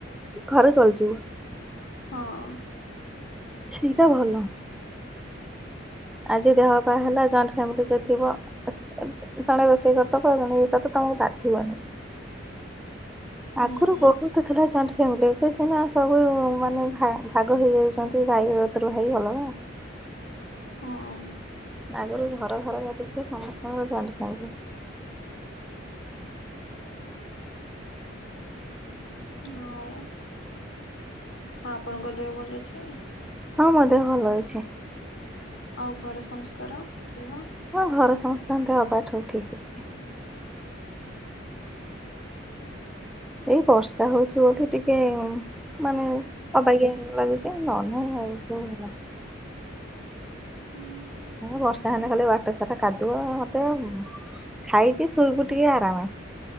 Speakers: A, in the centre; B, on the left.
A: ଘରେ ଚଳଯିବ।
B: ହଁ।
A: ସେଇଟା ଭଲ। ଆଜି ଦେହ ବା ହେଲା ଜଏଣ୍ଟ ଫ୍ୟାମିଲି ଯ ଥିବ ଜଣେ ରୋଷେଇ କରିଥା କହ ଜଣେ ଏଇ କଥା ତମକୁ ଡାଥିବନି।
B: ହୁଁ
A: ଆଗରୁ ବହୁତ ଥିଲା ଜ ଫ୍ୟାମିଲିରେ ବି ସିନା ସବୁ ମାନେ ଭା ଭାଗ ହେଇଯାଉଛନ୍ତି ଭାଇ କତିରୁ ଭାଇ ଅଲଗା
B: ହୁଁ।
A: ଆଗରୁ ଘର ଘର କା ଦେଖେ ସମସ୍ତଙ୍କର ଚାଲିିଥାନ୍ତି
B: ଆଉ ଆପଣଙ୍କ ଦେହ ଭଲ ଅଛି?
A: ହଁ ମୋ ଦେହ ଭଲ ଅଛି।
B: ଆଉ ଘରେ ସମସ୍ତିଙ୍କର ଦେହ?
A: ହଁ ଘରେ ସମସ୍ତଙ୍କ ଦେହପାହା ଠିକ୍ ଅଛି।
B: ଆଚ୍ଛା।
A: ବର୍ଷା ହଉଛି ବୋଲି ଟିକେ ମାନେ ଅବାଗିଆ ଲାଗୁଛି। ସେ ନ ନହିଁ ଭ ସ ହେଲା <inaudible>
B: ହୁଁ ହୁଁ।
A: ବର୍ଷା ହେଲେ କାଲି ବାଟ ସାରା କାଦୁଅ ମତେ ଆଉ ଖାଇକି ଶୋଇବୁ ଟିକେ ଆରାମ।